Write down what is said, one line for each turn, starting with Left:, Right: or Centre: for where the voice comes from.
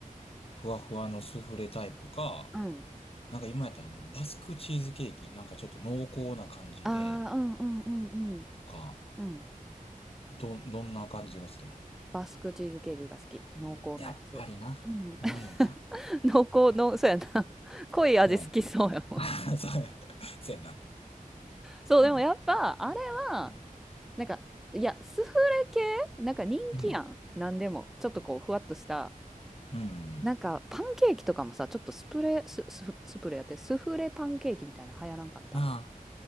Left: ふわふわのスフレタイプか、
Centre: うん。
Left: なんか今やったらあの、バスクチーズケーキ、なんかちょっと濃厚な感じで、
Centre: ああ、うんうんうんうん。
Left: とか、
Centre: うん。
Left: ど、どんな感じが好きなの
Centre: バスクチーズケーキが好き。濃厚なやつ。
Left: やっぱりな。
Centre: うん。
Left: うまいよな。
Centre: <laughs> 濃厚の、
Left: わかる。
Centre: そうやな。濃い味好きそうやもん。
Left: そうやな。<laughs> そうや。そうやな。
Centre: そう、
Left: うん。
Centre: でもやっぱ、あれは、
Left: うん。
Centre: なんか、いや、スフレ系なんか人気やん。
Left: うん。
Centre: なんでも。ちょっとこう、ふわっとした。
Left: うん
Centre: なんか、パンケーキとかもさ、ちょっとスプレー、ス、ススプレーやって、スフレパンケーキみたいなの流行らんかった。
Left: まあ、